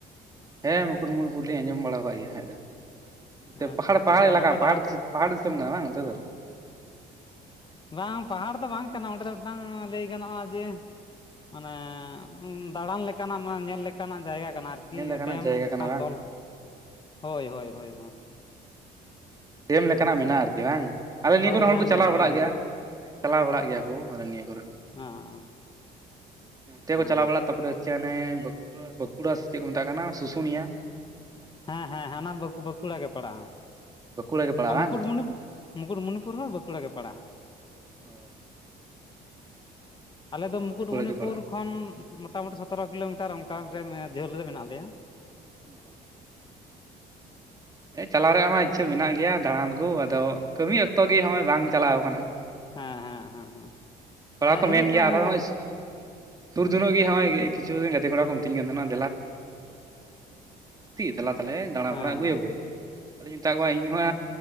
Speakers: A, on the right (about 20°); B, on the left (about 25°).
A: ᱦᱮᱸ ᱢᱩᱠᱩᱴᱢᱩᱱᱤᱯᱩᱨ ᱞᱤᱧ ᱟᱸᱡᱚᱢ ᱵᱟᱲᱟ ᱟᱠᱟᱫ ᱜᱮᱭᱟ ᱦᱟᱸ ᱫᱚ᱾ ᱮ
B: ᱟᱪᱪᱷᱟ
A: ᱯᱟᱦᱟᱲ
B: ᱟᱪᱪᱷᱟ
A: ᱯᱟᱦᱟᱲ
B: ᱛᱟᱦᱚᱞᱮ
A: ᱮᱞᱟᱠᱟ
B: ᱱᱚᱝᱠᱟ
A: ᱯᱟᱦᱟᱲ
B: ᱫᱟᱬᱟ
A: ᱯᱟᱦᱟᱲ ᱫᱤᱥᱚᱢ ᱠᱟᱱᱟ ᱵᱟᱝ ᱚᱱᱛᱮ ᱫᱚ
B: ᱵᱟᱝ ᱯᱟᱦᱟᱲ ᱫᱚ ᱵᱟᱝ ᱠᱟᱱᱟ ᱚᱸᱰᱮ ᱫᱚ ᱢᱤᱫᱴᱟᱝ ᱞᱟᱹᱭ ᱜᱟᱱᱚᱜᱼᱟ ᱡᱮ ᱢᱟᱱᱮ ᱫᱟᱬᱟᱱ ᱞᱮᱠᱟᱱᱟᱜ ᱢᱟᱱᱮ ᱧᱮᱞ ᱞᱮᱠᱟᱱᱟᱜ ᱡᱟᱭᱜᱟ ᱠᱟᱱᱟ ᱟᱨᱠᱤ
A: ᱧᱮᱞ ᱞᱮᱠᱟᱱᱟᱜ
B: ᱰᱮᱢ
A: ᱡᱟᱭᱜᱟ
B: ᱢᱤᱫᱴᱟᱝ
A: ᱠᱟᱱᱟ ᱵᱟᱝ?
B: ᱛᱚᱞ ᱦᱳᱭ ᱦᱳᱭ ᱦᱳᱭ
A: ᱰᱮᱢ ᱞᱮᱠᱟᱱᱟᱜ
B: ᱟᱪᱪᱷᱟ
A: ᱢᱮᱱᱟᱜᱼᱟ ᱟᱨᱠᱤ ᱵᱟᱝ ᱟᱞᱮ ᱱᱤᱭᱟᱹ
B: ᱦᱳᱭ
A: ᱠᱚᱨᱮᱱ
B: ᱰᱮᱢ
A: ᱦᱚᱲ ᱠᱚ ᱪᱟᱞᱟᱣ
B: ᱞᱮᱠᱟ
A: ᱵᱟᱲᱟᱜ
B: ᱰᱮᱢ
A: ᱜᱮᱭᱟ᱾
B: ᱞᱮᱠᱟ
A: ᱪᱟᱞᱟ ᱵᱟᱲᱟᱜ ᱜᱮᱭᱟ ᱠᱚ ᱟᱞᱮ ᱱᱤᱭᱟᱹ ᱠᱚᱨᱮᱱ᱾
B: ᱟᱪᱪᱷᱟ
A: ᱚᱱᱛᱮ ᱠᱚ
B: ᱦᱮᱸ
A: ᱪᱟᱞᱟᱣ ᱵᱟᱲᱟᱜᱼᱟ ᱛᱟᱨᱯᱚᱨᱮ ᱪᱮᱱᱮᱸ ᱵᱟᱸᱠᱩᱲᱟ ᱥᱮ ᱪᱮᱫ ᱠᱚ ᱢᱮᱛᱟᱜ ᱠᱟᱱᱟ ᱥᱩᱥᱩᱱᱤᱭᱟᱹ᱾
B: ᱦᱮᱸ ᱦᱮᱸ ᱦᱮᱸᱟᱱᱟ ᱵᱟᱸᱠᱩᱲᱟ ᱜᱮ ᱯᱟᱲᱟᱜᱼᱟ᱾
A: ᱵᱟᱸᱠᱩᱲᱟ ᱜᱮ ᱯᱟᱲᱟᱜᱼᱟ
B: ᱟᱨ
A: ᱵᱟᱝ
B: ᱢᱩᱠᱩᱴᱢᱩᱱᱤ ᱢᱩᱠᱩᱴᱢᱩᱱᱤᱯᱩᱨ ᱦᱚᱲ ᱵᱟᱸᱠᱩᱲᱟ ᱜᱮ ᱯᱟᱲᱟᱜᱼᱟ᱾
A: ᱚ <inaudible>
B: ᱟᱞᱮ ᱫᱚ ᱢᱩᱠᱩᱴᱢᱚᱱᱤᱯᱩᱨ
A: ᱵᱟᱸᱠᱩᱲᱟ ᱜᱮ ᱯᱟᱲᱟᱜᱼᱟ᱾
B: ᱠᱷᱚᱱ ᱢᱳᱴᱟᱢᱩᱴᱤ ᱥᱚᱛᱮᱨᱚ ᱠᱤᱞᱳᱢᱤᱴᱟᱨ ᱚᱱᱠᱟᱱ ᱨᱮ ᱡᱷᱟᱹᱞ ᱨᱮ ᱢᱮᱱᱟᱜ ᱞᱮᱭᱟ᱾
A: ᱚ <inaudible> ᱪᱟᱞᱟᱣ ᱨᱮᱭᱟᱜ ᱢᱟ ᱤᱪᱪᱦᱟ ᱢᱮᱱᱟᱜ ᱜᱮᱭᱟ ᱫᱟᱬᱟᱱ ᱠᱚ ᱟᱫᱚ ᱠᱟᱹᱢᱤ ᱚᱠᱛᱚ ᱜᱮ ᱵᱟᱝ ᱪᱟᱞᱟᱣ ᱠᱟᱱᱟ᱾
B: ᱦᱮᱸ ᱦᱮᱸ ᱦᱮᱸ ᱦᱮᱸ᱾
A: ᱠᱚᱲᱟ
B: ᱦᱮᱸ
A: ᱦᱚᱸ ᱠᱚ
B: ᱦᱤᱡᱩᱜ
A: ᱢᱮᱱ ᱜᱮᱭᱟ
B: ᱯᱮ ᱚᱱᱟ
A: ᱟᱨᱦᱚᱸ
B: ᱠᱚ
A: <unintelligible> ᱫᱮᱞᱟ ᱛᱟᱦᱚᱞᱮ ᱫᱟᱬᱟᱵᱲᱟ
B: ᱦᱮᱸ
A: ᱟᱹᱜᱩᱭᱟᱵᱚ
B: ᱦᱮᱸ ᱦᱮᱸ
A: ᱟᱫᱚᱧ ᱢᱮᱛᱟ ᱠᱚᱣᱟ ᱤᱧ ᱦᱚᱸᱜ